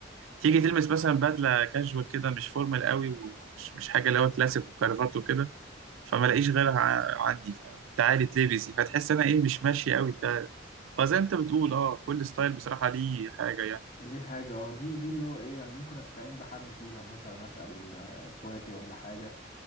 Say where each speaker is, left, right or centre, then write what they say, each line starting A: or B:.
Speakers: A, on the right (about 80°); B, on the left (about 35°).
A: تيجي تلبس مثلا بدله كاجوال كده مش فورمال قوي ومش مش حاجه اللي هو كلاسيك وكرافات وكده فما لاقيش غيرها ع- عندي فتعالي تلبسي فتحس انا ايه مش ماشي قوي ف... فزي ما انت بتقول اه كل ستايل بصراحه ليه حاجه يعني
B: دي حاجة اه دي دي اللي هو ايه يعني ممكن استعين بحد فيها مثلا اسأل آه، اخواتي ولا حاجة